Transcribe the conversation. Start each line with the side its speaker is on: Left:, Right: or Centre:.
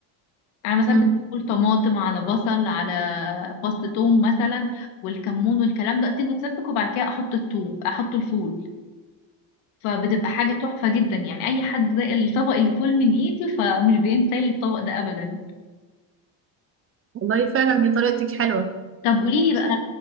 Left: انا
Right: مم.
Left: بسبك الفول طماطم على بصل على فص ثوم مثلا والكمون والكلام ده اسيبه يتسبك وبعد كده احط الثوم احط الفول فبتبقى حاجة تحفة جدا يعني أي حد ده الطبق الفول من إيدي فمش بينسى لي الطبق ده أبدا
Right: والله فعلا هي طريقتك حلوه
Left: طب قوليلي بقى